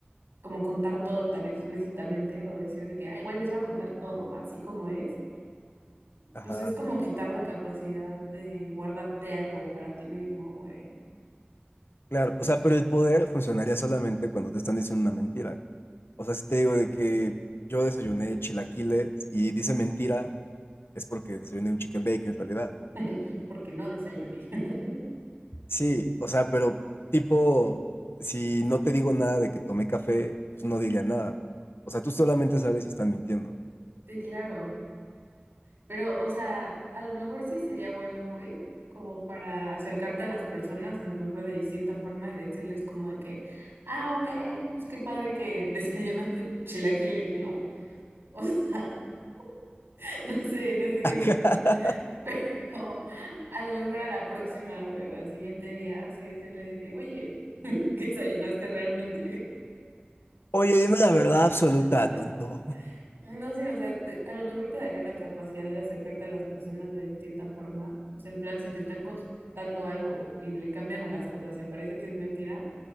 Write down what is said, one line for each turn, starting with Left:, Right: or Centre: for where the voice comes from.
Right: como contar todo tan explícitamente o decir de que, ay, güey, les va a contar todo así como es.
Left: Ajá,
Right: Pues es como quitar la capacidad de guardarte algo para ti mismo, güey.
Left: claro. O sea, pero el poder funcionaría solamente cuando te están diciendo una mentira. O sea, si te digo de que yo desayuné chilaquiles y dice mentira, es porque desayuné un chicken bake en realidad.
Right: <laughs> Porque no desayuné. <laughs>
Left: Sí, o sea, pero tipo, si no te digo nada de que tomé café, pues no diría nada. O sea, tú solamente sabes si están mintiendo.
Right: Sí, claro. Pero, o sea, a lo mejor sí sería bueno, güey, como para acercarte a las personas, a lo mejor de distinta forma y decirles como de que, ah, ok, pues qué padre que <laughs> desayunaste chilaquiles, ¿no? O sea, <laughs> no sé, en ese ejemplo,
Left: <laughs>
Right: <laughs> pero a lo mejor a la próxima, güey, o al siguiente día, así decirle de que, oye, <laughs> ¿qué desayunaste realmente?
Left: Oye, dime la verdad absoluta,
Right: <laughs>
Left: tonto.
Right: No sé, o sea, te- a lo mejor te daría la capacidad de acercarte a las personas de distinta forma. O sea, en plan, si te están contando algo y le cambian a las cosas y aparece que es mentira,